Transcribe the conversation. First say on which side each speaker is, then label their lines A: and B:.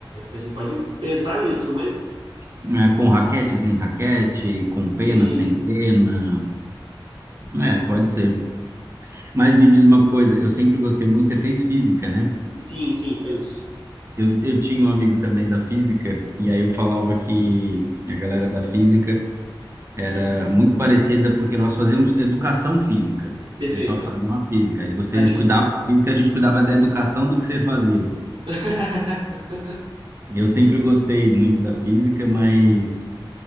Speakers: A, on the right; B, on the right.
A: a gente pode pensar nisso, mas
B: né, com raquete, sem raquete, com
A: sim,
B: pena, sem pena, é, pode ser. Mas me diz uma coisa, eu sempre gostei muito, você fez física, né?
A: sim, sim, foi isso.
B: Eu, eu tinha um amigo também da física, e aí eu falava que a galera da física era muito parecida porque nós fazíamos educação física.
A: Perfeito.
B: Vocês só faziam a física, aí vocês
A: A gente.
B: cuidavam da física, a gente cuidava da educação do que vocês faziam.
A: <laughs>
B: E Eu sempre gostei muito da física, mas